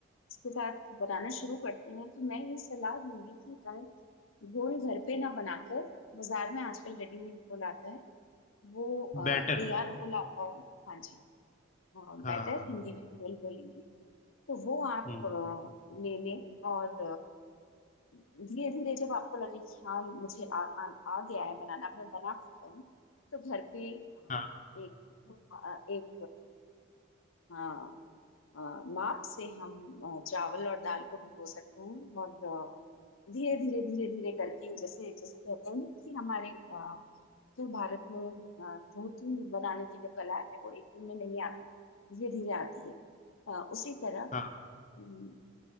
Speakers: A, on the left; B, on the left.
A: इसके साथ बनाना शुरू करते हैं तो मैं ये सलाह दूंगी कि आप घोल घर पे ना बनाकर बाजार में आजकल रेडीमेड घोल आता है वो अ,
B: बैटर
A: तैयार घोल आता है हाँ जी
B: हाँ
A: बेटर हिंदी में घोल बोलेंगे तो वो आप
B: हम्म
A: अ, ले लें और धीरे धीरे जब आपको लगे कि हाँ मुझे आ, आ, आ गया है बनाना मैं बना सकता हूँ तो घर पे अ,
B: हाँ
A: एक अ, एक अ, अ, माप से हम अ, चावल और दाल को भिगो सकते हैं और धीरे धीरे धीरे धीरे करके जैसे जैसे कहते हैं ना कि हमारे अ, जो भारत में अ, रोटी बनाने की जो कला है वो एक दिन में नहीं आती धीरे धीरे आती है अ, उसी तरह
B: हाँ
A: हम्म,